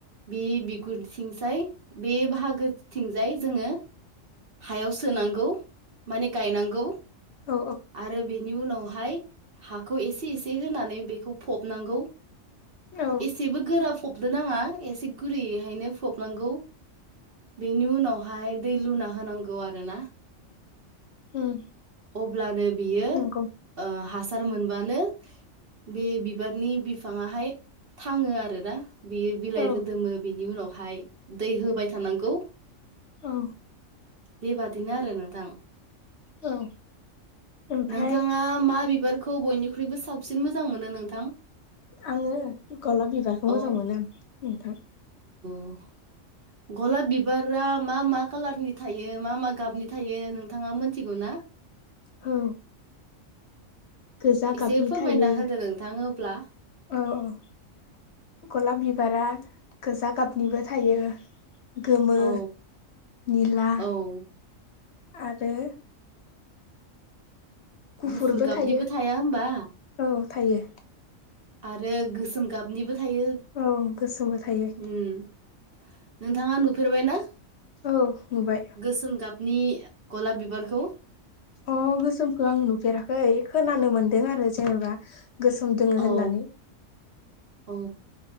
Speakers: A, on the right; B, on the left.
A: बे बिगुरथिंजाय बे बाहागोथिंजाय जोङो हायाव सोनांगौ माने गायनांगौ
B: औ
A: आरो बे बेनि उनावहाय हाखौ एसे एसे होनानै बेखौ फबनांगौ।
B: औ
A: सेबो गोरा फबनो नाङा एसे गुरैयैहायनो फबनांगौ। बेनि उनावहाय दै लुना होनांगौ आरोना।
B: उम
A: अब्लानो बियो
B: नंगौ
A: ओ हासार सार मोनबानो बे बिबारनि बिफाङाहाय थाङो आरो ना बियो बिलाइ
B: औ
A: रोदोमो बिनि उनाव हाय दै होबाय थानांगौ
B: औ
A: बेबादिनो आरो नोंथां
B: औ ओमफ्राय
A: नोंथाङा मा बिबारखौ बयनिख्रुइबो साबसिन मोजां मोनो नोंथां
B: आङो गलाब बिबारखौ मोजां
A: औ
B: मोनो आं नोंथां
A: अ गलाब बिबारा मा मा खालारनि थायो मा मा गाबनि थायो नोंथाङा मोनथिगौ ना
B: औ गोजा
A: एसे
B: गाबनि
A: फोरमायना
B: थायो
A: होदो नोंथां अब्ला
B: औ औ गलाब बिबारा गोजा गाबनिबो थायो गोमो
A: औ
B: निला
A: औ
B: आरो गुफुरबो
A: गुफुर गाबनिबो
B: थायो
A: थाया होमबा
B: औ थायो
A: आरो गोसोम गाबनिबो थायो
B: औ गोसोमबो थायो
A: उम नोंथाङा नुफेरबायनाा
B: औ नुबाय
A: गोसोम गाबनि गलाब बिबारखौ
B: अह गोसोमखौ आं नुफेराखै खोनानो मोनदों आरो जेनेबा गोसोम दङ होननानै
A: औ औ